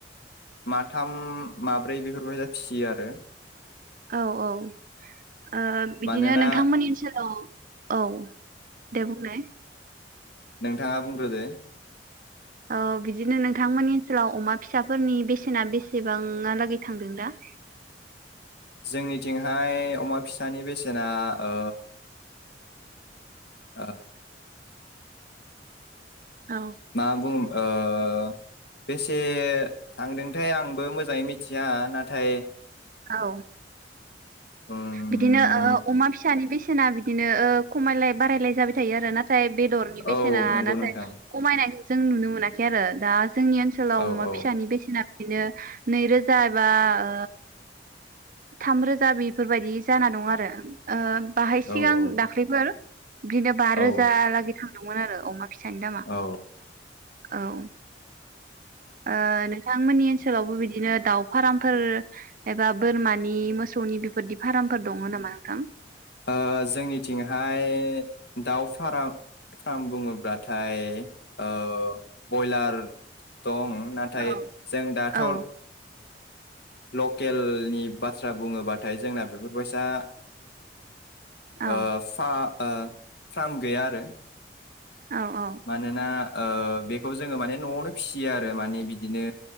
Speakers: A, on the left; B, on the right.
A: माथाम माब्रै <unintelligible> बेफोरबायदि फिसियो आरो
B: औ औ ओ बिदिनो
A: मानोना
B: नोंथांमोननि ओनसोलाव औ दे बुंलाय?
A: नोंथाङा बुंग्रोदो?
B: औ बिदिनो नोंथांमोननि ओनसोलाव अमा फिसाफोरनि बेसेना बेसेबांहालागै थांदों दा?
A: जोंनिथिंहाय अमा फिसानि बेसेना ओ ओ
B: औ
A: मा बुंं ओ ओ बेसे थांदोंथाय आंबो मोजाङै मिथिया नाथाय
B: औ
A: उम
B: बिदिनो ओ अमा फिसानि बेसेन ना बिदिनो ओ खमायलाय बारायलाय जाबाय थायो आरो नाथाय बेदरनि बेसेना
A: औ नंगौ
B: नाथाय
A: नोंथां
B: खमायनायखौ जों नुनो मोनाखै आरो दा जोंनि ओनसोलाव
A: औ
B: अमा
A: औ
B: फिसानि बेसेना बिदिनो नै रोजा एबा ओ थाम रो जा बेफोरबायदि जाना दं आरो ओ बाहाय सिगां
A: औ औ
B: दाख्लैफोर बिदिनो बा रोजा
A: औ
B: लागै थां दंमोन आरो अमा फिसानि दामा
A: औ।
B: औ। ओ नोंथांमोननि ओनसोलावबो बिदिनो दाउ फारामफोर एबा बोरमानि मोसौनि बेफोरदि फारामफोर दङ नामा नोंथां?
A: ओ जोंनिथिंहाय दाउ फारा फार्म बुङोब्लाथाय ओ बयलार दं। नाथाय
B: औ
A: जों दाथ'
B: औ
A: ओ लकेलनि बाथ्रा बुङोबाथाय जोंना बेफोरबायसा
B: औ
A: ओ फा ओ फ्राम गैया आरो।
B: औ औ
A: मानोना ओ बेखौ जोङो माने न'आवनो फिसियो आरो माने बिदिनो